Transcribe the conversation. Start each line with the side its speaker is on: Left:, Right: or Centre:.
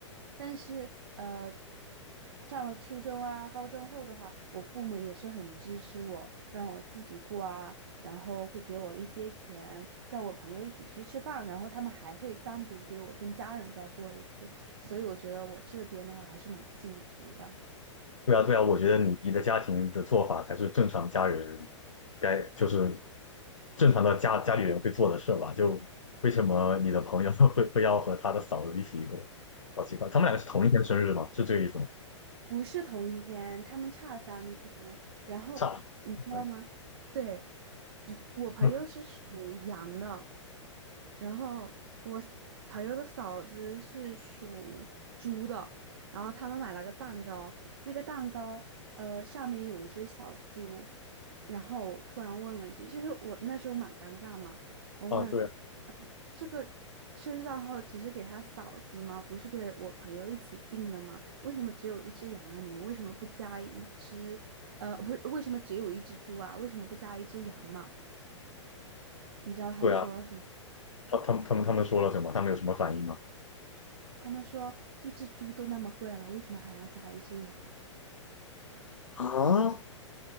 Right: 但是呃，上了初中啊、高中后的话，我父母也是很支持我，让我自己过啊，然后会给我一些钱，叫我朋友一起去吃饭，然后他们还会单独给我跟家人再过一次，所以我觉得我这边的话还是蛮幸福的，
Left: 对啊，对啊，我觉得你你的家庭的做法才是正常家人该就是正常的家家里人会做的事吧？就为什么你的朋友 <laughs> 会会要和他的嫂子一起过？好奇怪，他们两个是同一天生日吗？是这个意思吗？
Right: 不是同一天，他们差三天，然后你知道吗？
Left: 差嗯，
Right: 对，一我朋友是属羊的。
Left: <laughs>
Right: 然后我 s- 朋友的嫂子是属猪的，然后他们买了个蛋糕，那个蛋糕呃上面有一只小猪，然后我突然问了一句，就是我那时候蛮尴尬嘛，我问
Left: 啊，对啊
Right: 这个生日蛋糕只是给他嫂子吗？不是给我朋友一起订的吗？为什么只有一只羊啊？你们为什么不加一只？呃，不是，为什么只有一只猪啊？为什么不加一只羊嘛？你知道他们说了什么？
Left: 对啊，他他们他们他们说了什么？他们有什么反应吗？
Right: 他们说一只猪都那么贵了，为什么还要炸一只羊？
Left: 啊，